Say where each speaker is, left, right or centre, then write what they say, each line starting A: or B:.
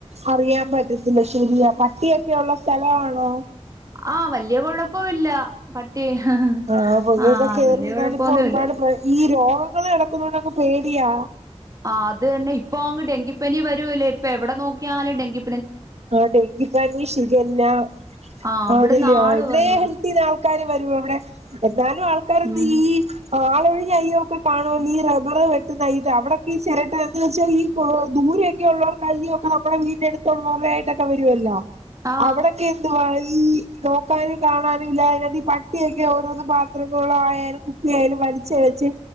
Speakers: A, on the right (about 75°); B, on the right (about 30°).
A: അറിയാൻ പറ്റത്തില്ല ശരിയാ. പട്ടിയൊക്കെ ഉള്ള സ്ഥലം ആണോ?
B: ആ വല്യ കുഴപ്പം ഇല്ല. പട്ടി ഹ് ഹ്
A: ആഹ് പുഴയൊക്കെ
B: ആ
A: കേറി
B: വല്യ
A: ഇരുന്നാല്
B: കുഴപ്പമൊന്നുമില്ല.
A: ഇപ്പൊ ഒരുപാട് പ്ര ഈ രോഗങ്ങള് കെടക്കുന്നതു കൊണ്ട് ക്ക പേടിയാ.
B: ആ അതു തന്നെ ഇപ്പോ അങ്ങ് ഡെങ്കിപ്പനി വരൂവല്ലേ? ഇപ്പൊ എവിടെ നോക്കിയാലും ഡെങ്കി
A: ആ ഡെങ്കിപ്പനി, ഷിഗല്ല
B: ആഹ്
A: ആ
B: ഇവിടുന്ന്
A: അതല്ലിയോ
B: ആള്
A: ഇവിടെയും
B: വന്ന്
A: ഹെൽത്തിന്ന് ആൾക്കാര് വരുവ ഇവിടെ. എന്നാലും ആൾക്കാര്
B: ഉം
A: ഈ ആളൊഴിഞ്ഞ അയ്യം ഒക്കെ കാണുവല്ലോ. ഈ റബറ് വെട്ടുന്ന <unintelligible> അവിടൊക്കെ ഈ ചിരട്ട <unintelligible> വെച്ചാൽ ഈ ദൂരെയൊക്കെയുള്ളവർക്ക് അല്ലിയോ നമ്മുടെ വീട്ടെടു <unintelligible> വരുല്ലോ
B: ആഹ്
A: അവിടൊക്കെ ഈ നോക്കാനും കാണാനും ഇല്ലാതെ അതിനകത്ത് പട്ടിയൊക്കെ ഓരോ പാത്രങ്ങള് ആയാലും കുപ്പി ആയാലു വലിച്ച് എഴച്ച്